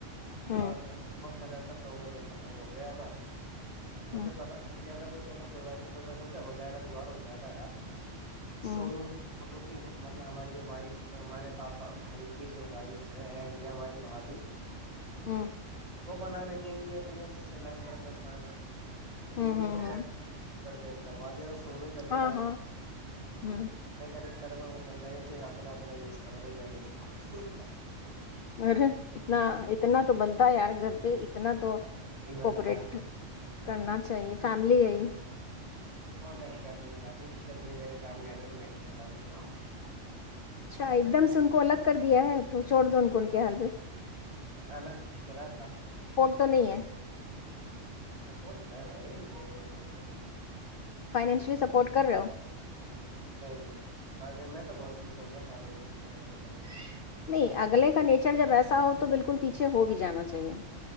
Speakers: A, on the left; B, on the right.
A: ہوں
B: ہ بت سالے اکل دو بجے ختم ہو گیا تھاا مجھے
A: ہوں
B: پتا چلا سا ب چل تو کوئی بات نہیں سوچ ہو جائےا جگاڑ ہو جائے گا یاار
A: ہوں
B: سوو کیک کہ مطلب ہماری جو وائف ہمارے پاپا بھائی کی جو وائف ہے اہلیا ہماری بھاابھی
A: ہوں
B: وہ بنانے دیں گی اپنے سلینڈر پہ کھانا دور
A: ہوں ہوں
B: تو
A: ہوں
B: ک ا ک کررو سولو ہی کر
A: ہاں
B: کے لا
A: ہاں ہوں
B: نہیں کہتے کرنا وہ کہا ہے کہ اپنا اپنا یوز کرو ب میں نہیں دکھاؤں گا
A: ارے اتنا اتنا تو بنتا ہے یار گھر پہ اتنا تو
B: بنتا
A: کوپریٹ کرنا چاہیے فیملی ہے ہی
B: وہ نہیں کر رہی شی کہ جب یہ میرے کام گیا تھا تو میں ان کے کام کیوں آؤں گی
A: اچھا
B: میں
A: ایک
B: نے
A: دم سے ان کو الگ کر دیا ہے تو چوڑ دون کون کے حالو
B: الگ نہیں چلا
A: تو نہیں ہے
B: سپٹ ہے بھائی سپٹ
A: فائنینشلی سپورٹ کر رہے ہو
B: <unintelligible> نہیں نہیں میں تو بہت کچھ ہو گیا فائنینشلی سپورٹ کرنے میں توا
A: نہیں اگلے کا نیچر جب ایسا ہو تو بالکل پیچھے ہو بھی جانا چاہیے